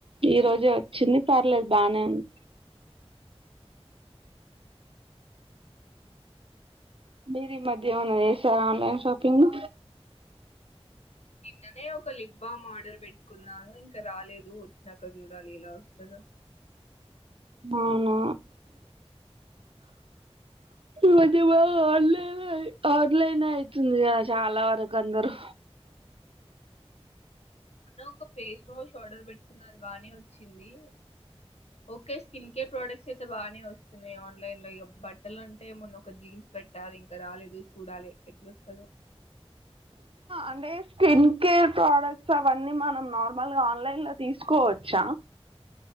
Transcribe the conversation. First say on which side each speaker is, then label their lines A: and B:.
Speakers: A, on the right; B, on the left.
A: ఈ రోజే వచ్చింది పర్లేదు బాగానే ఉంది మీరు ఈ మధ్య ఏమన్నా చేస్తారు ఆన్లైన్ షాపింగ్
B: నిన్ననే ఒక లిప్బామ్ ఆర్డర్ పెట్టుకున్నాను ఇంకా రాలేదు వచ్చాక చూడాలి ఎలా వస్తుందా
A: అవునా మ బా ఆన్లైన్ ఆన్లైన్ అవుతుంది చాలా వరకు అందరు
B: ఉ ఒక ఫేస్వాష్ ఆర్డర్ పెట్ట అది బాగానే వచ్చింది ఓకే స్కిన్ కేర్ ప్రోడక్ట్స్ అయితే బానే వస్తున్నాయి ఆన్లైన్ లో ఇ బట్టలు అంటే మొన్న ఒక జీన్స్ పెట్టా ఇంకా రాలేదు చూడాలి ఎట్లా వస్తందో
A: అంటే స్కిన్ కేర్ ప్రోడక్ట్స్ అవన్నీ మనం నార్మల్గా ఆన్లైన్ లో తీసుకోవచ్చా